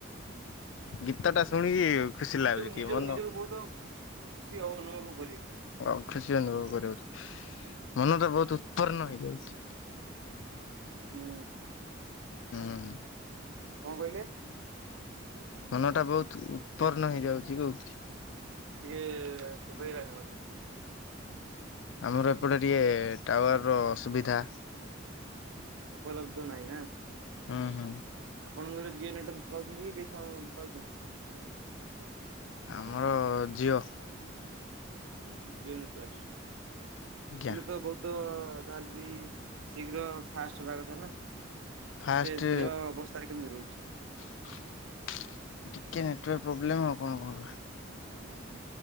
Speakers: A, on the left; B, on the right.
A: ଗୀତଟା ଶୁଣିକି ଖୁସି ଲାଗୁଛି
B: ଜୋଉ ନିଜ
A: ଟିକେ ମନ
B: ନିଜକୁ ବହୁତ ଖୁସି ଅନୁଭବ କରିବ।
A: ଆଉ ଖୁସି ଅନୁଭବ କରିବ ମନଟା ବହୁତ ଉତ୍ପନ୍ନ ହେଇଯାଉଚି।
B: ହୁଁ।
A: ହୁଁ।
B: କଣ କହିଲେ।
A: ମନ ଟା ବହୁତ ଉତ୍ପନ୍ନ ହେଇଯାଉଚି କହୁଥିଲି।
B: ଟିକେ ଶୁଭେଇ ଲାନି ମତେ।
A: ଆମର ଏପଟେ ଟିକେ ଟାୱାର ର ଅସୁବିଧା।
B: ଉପଲବ୍ଧ ନାହିଁ ନା।
A: ହୁଁ ହୁଁ।
B: ଆପଣଙ୍କର ଜିଓ ନେଟୱର୍କ ପାଉଛନ୍ତି କି ପସା ପାଉଛନ୍ତି।
A: ଆମର ଜିଅ।
B: ଜଅ ନେଟୱାର୍କ
A: ଆଜ୍ଞା
B: ହେଲେ ତ ବହୁତ ତ ଜାହେଲେବି ଶୀଘ୍ର ଫାଷ୍ଟ ହବା କଥା ନା।
A: ଫାଷ୍ଟେ।
B: ଏତେ ଧୀର ଅବସ୍ଥାରେ କେମିତି ରହୁଛି।
A: ଟିକେ ନେଟୱାର୍କ ପ୍ରୋବ୍ଲେମ ଆଉ କଣ କଣ।
B: ହୁଁ ହୁଁ।